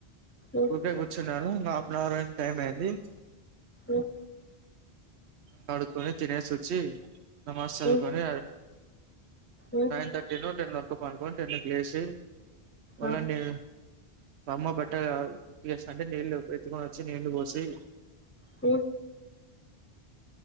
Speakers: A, on the left; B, on the right.
A: మ్
B: ఊరికే కూర్చొని <unintelligible> అవర్ అయింది టైం అయింది
A: మ్
B: కడుక్కుని తినేసోచ్చి నమాజ్ చదువుకోని
A: మ్ మ్
B: నైన్ థర్టీ ను టెన్ పండుకుని టెన్ కి లేసి వళ్ళండి
A: ఆ
B: మా అమ్మ బట్టలు ఉతికియేస్తంటై నీళ్ళు ఎత్తుకొని వచ్చి నీళ్లు పోసి
A: కో